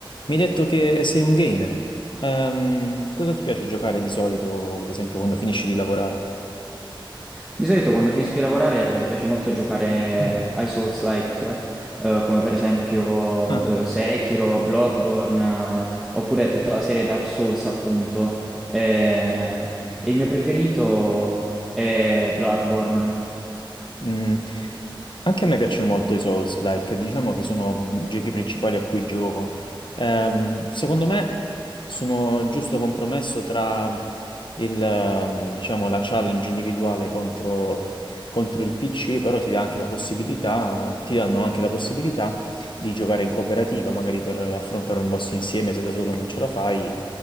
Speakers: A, on the left; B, in the centre.
A: Mi hai detto che sei un gamer. Ehm, cosa ti piace giocare di solito, ad esempio, quando finisci di lavorare?
B: Di solito quando finisco di lavorare piace molto giocare
A: Mm.
B: ai Souls-like, eh, come per esempio
A: Ah,
B: eh, Sekiro, Bloodborne, eh, oppure tutta la serie Dark Souls, appunto. Eh, e il mio preferito è Bloodborne.
A: Mm, Anche a me piacciono molto i Souls-like, diciamo che sono i giochi principali a cui gioco. Ehm, secondo me sono il giusto compromesso tra il, ehm, diciamo, la challenge individuale contro, contro il PC, però ti dà anche la possibilità, ti danno anche la possibilità di giocare in cooperativa, magari per affrontare un boss insieme se da solo non ce la fai